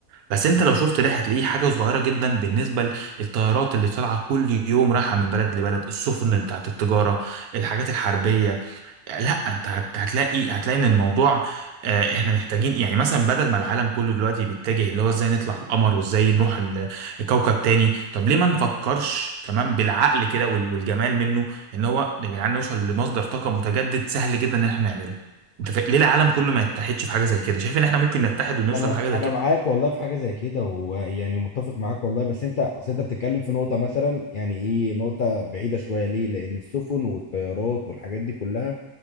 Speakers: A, on the right; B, on the left.
A: بس انت لو شفت ده هتلاقيه حاجة صغيرة جدا بالنسبة للطيارات اللي طالعة كل يوم رايحة من بلد لبلد السفن بتاعت التجارة الحاجات الحربية لا انت هت- هتلاقي هتلاقي ان الموضوع آه، احنا محتاجين يعني مثلا بدل ما العالم كله دلوقتي بيتجه اللي هو ازاي نطلع القمر وازاي نروح ال- الكوكب تاني طب ليه ما نفكرش تمام بالعقل كده وال- والجمال منه ان هو يا جدعان نوصل لمصدر طاقة متجدد سهل جدا ان احنا نعمله انت فا- ليه العالم كله ما يتحدش في حاجة زي كده شايف ان احنا ممكن نتحد ونوصل
B: فانا
A: لحاجة زي
B: انا
A: كده
B: معاك والله في حاجه زي كده ويعني متفق معاك والله بس انت اصل انت بتتكلم في نقطه مثلا يعني ايه نقطه بعيده شويه ليه لان السفن والطيارات والحاجات دي كلها